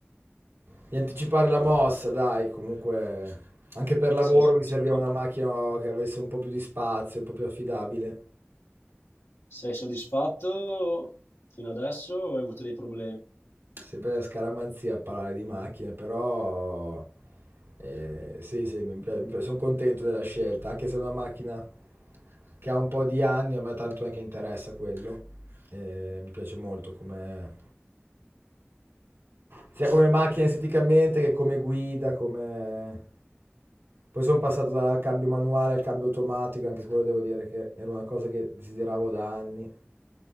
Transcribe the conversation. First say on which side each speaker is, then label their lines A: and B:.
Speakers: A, on the right; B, on the left.
A: di anticipare la mossa, dai, comunque anche per lavoro
B: Sei soddisfatto?
A: mi serviva una macchina che avesse un po' più di spazio, un po' più affidabile.
B: Sei soddisfatto fino adesso o hai avuto dei problemi?
A: Sempre la scaramanzia a parlare di macchine, però eh, sì, sì, mi pi- mi pi- sono contento della scelta, anche se è una macchina che ha un po' di anni, a me tanto non è che interessa quello, eh, mi piace molto come sia come macchina esteticamente che come guida, come... Poi sono passato dal cambio manuale al cambio automatico, anche quello devo dire che era una cosa che desideravo da anni.